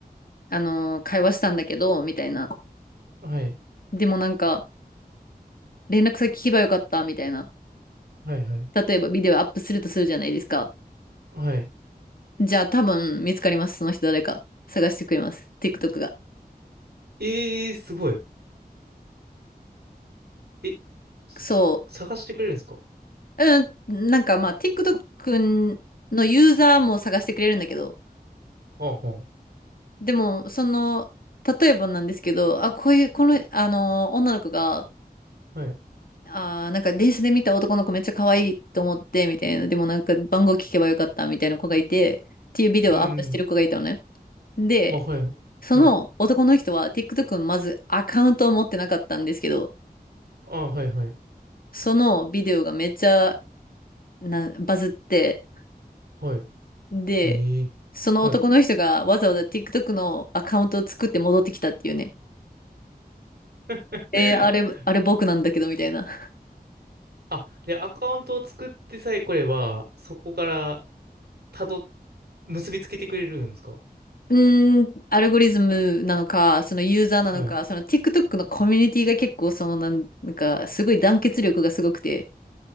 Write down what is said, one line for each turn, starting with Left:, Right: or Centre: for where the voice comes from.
Left: あのー会話したんだけど、みたいな。
Right: はい。
Left: でもなんか、連絡先聞けばよかったみたいな。
Right: はい、はい。
Left: 例えばビデオアップするとするじゃないですか。
Right: はい。
Left: じゃあ多分見つかります。その人誰か。探してくれます。TikTok が。
Right: ええー、すごい。え、す探してくれるんですか
Left: そう。うん、なんかまあ TikTok のユーザーも探してくれるんだけど、
Right: はあは
Left: でも、その、例えばなんですけど、あ、こういう、この、あの、女の子が、
Right: あ。はい。
Left: あー、なんか電車で見た男の子めっちゃ可愛いと思って、みたいな、でもなんか番号聞けばよかった、みたいな子がいて、っていうビデオをアップしてる子がいたのね。
Right: うん。
Left: で、
Right: あ、はい。
Left: その男の人は
Right: はい。
Left: TikTok のまずアカウントを持ってなかったんですけど、
Right: あ、はい、はい。
Left: そのビデオがめっちゃなバズって、
Right: はい。
Left: で、
Right: ええー。
Left: その男の人がわざわざ
Right: はい。
Left: TikTok のアカウントを作って戻ってきたっていうね。
Right: <laughs>
Left: えーあれ、あれ僕なんだけど、みたいな。
Right: あ、で、アカウントを作ってさえ来れば、そこから、たど、結びつけてくれるんですか
Left: うーん、アルゴリズムなのか、そのユーザーなのか、
Right: はい。
Left: その TikTok のコミュニティが結構そのなん、なんかすごい団結力がすごくて、